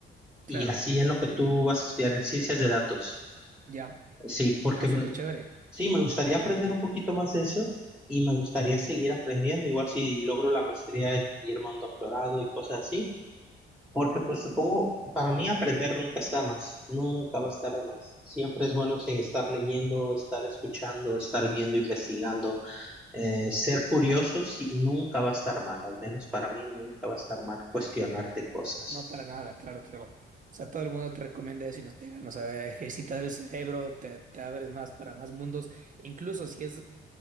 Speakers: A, in the centre; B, on the right.
A: y
B: Claro,
A: así en lo que tú vas a estudiar en ciencias de datos.
B: ya.
A: Sí, porque
B: Ah, súper
A: me,
B: chévere.
A: sí, me gustaría aprender un poquito más de eso y me gustaría seguir aprendiendo, igual si logro la maestría y irme a un doctorado y cosas así, porque pues supongo, para mí aprender nunca está de más, nunca va a estar de más. Siempre es bueno sí, estar leyendo, estar escuchando, estar viendo, investigando eh, ser curioso sí, nunca va a estar mal, al menos para mí nunca va a estar mal cuestionarte cosas.
B: No, para nada, claro, claro. O sea, todo el mundo te recomienda eso y nos digan, o sea, ejercitas el cerebro, te, te abres más para más mundos. Incluso si es,